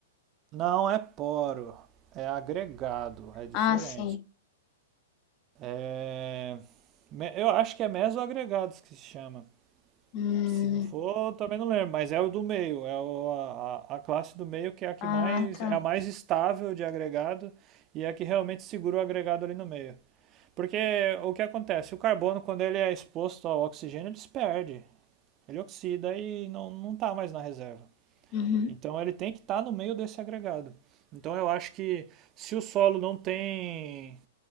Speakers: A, on the right; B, on the left.
A: não é poro, é agregado, é diferente.
B: Ah, sim.
A: É... me- Eu acho que é mesoagregados que se chama.
B: Hum,
A: Se não for, eu também não lembro, mas é o do meio, é o- a, a- a classe do meio que é a que
B: ah,
A: mais
B: tá.
A: é a mais estável de agregado e é a que realmente segura o agregado ali no meio. Porque o que acontece? O carbono, quando ele é exposto ao oxigênio, ele se perde. Ele oxida e não, não tá mais na reserva.
B: Uhum,
A: Então ele tem que estar no meio desse agregado. Então eu acho que se o solo não tem.